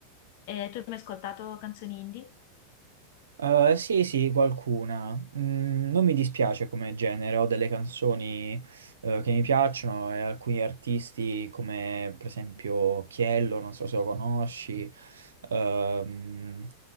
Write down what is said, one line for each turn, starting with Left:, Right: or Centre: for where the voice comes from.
Left: E tu hai mai ascoltato canzoni indie?
Right: Eh, sì, sì, qualcuna. Mm, non mi dispiace come genere, ho delle canzoni eh, che mi piacciono e alcuni artisti come per esempio Chiello, non so se lo conosci, ehm,